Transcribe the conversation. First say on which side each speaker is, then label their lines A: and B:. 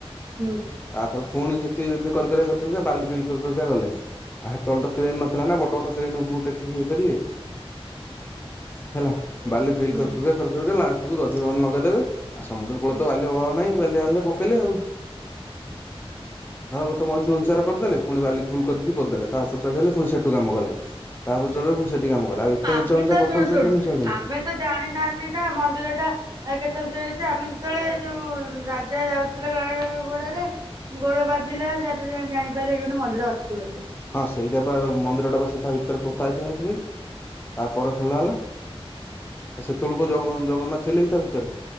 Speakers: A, on the right (about 40°); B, on the left (about 20°).
A: ହୁ
B: ତାପରେ ପୁଣି ଯେତିକି ଦିନ୍ କରି କରି କରି କରିକା ବାଲି ଫି <unintelligible> ଗଲେ ଆହା ସେତେବେଳେ ତ କ୍ରେନ ନଥିଲା ନା ବଡ ବଡ କ୍ରେନ ଉପରୁ ଟେକି କି ଇଏ କରିବେ। ହେଲା ବାଲି ଫିଲ୍
A: ହୁଁ
B: କରି କରି କରିକା ଲାଷ୍ଟ କୁ ଦଧି ଭନ ଲଗେଇଦେବେ। ସମୁଦ୍ର କୂଳ
A: ହୁଁ।
B: ତ ବାଲି ଅଭାବ ନଇଁ ବାଲି ଆଣିଲେ, ପକେଇଲେ। ଆଉ ତାର ଗୋଟେ ମଣିଷ ଉଞ୍ଚାରେ କରିଦେଲେ। ପୁଣି ବାଲିି ଫୁଲ କରିକି ପୋଦେଲେ। ତା ଉପରେ ଚଳେଇଗଲେ ପୁଣି ସେଠୁ କାମ କଲେ। ତା ଉପରେ ଚଳେଇଲେ। ସେଠି କାମ କଲା। ଏତେ
A: ଆମେ
B: ଉଚ୍ଚା ଉଚ୍ଚା
A: ତ
B: ପଥର
A: ଶୁଣୁ
B: ସବୁ
A: ଶୁଣୁ
B: କେମିତି ଚଢିଲେ?
A: ଆମେ ତ ଜାଣି ନାହାନ୍ତି ନା? ମନ୍ଦିର ଟା ଆଉ କେତେବେଳେ ତିଆରି ଅଛି? ଆମେ ଯେତେବେଳେ ଯୋଉ ରାଜା ଯାଉଥିଲେ ଗା ଘୋଡାରେ। ଗୋଡ ବାଜିଲା। ତାପରେ ଜାଣିପାରିଲେ, ଏଇଠି ଗୋଟେ ମନ୍ଦିର ଅଛି ବୋଲି।
B: ହଁ ସେଇଟା ବା ମନ୍ଦିର ଟା। ବା ସେ ତା ଭିତରେ ପୋତା ହେଇଥିଲା। ସେଥି ପାଇଁ ତା ପରେ ଖୋଲା ହେଲା। ଆଉ ସେତେବେଳ କଣ ଜଗ ଜଗନ୍ନାଥ ଥିଲେ? କି ତା ଭିତରେ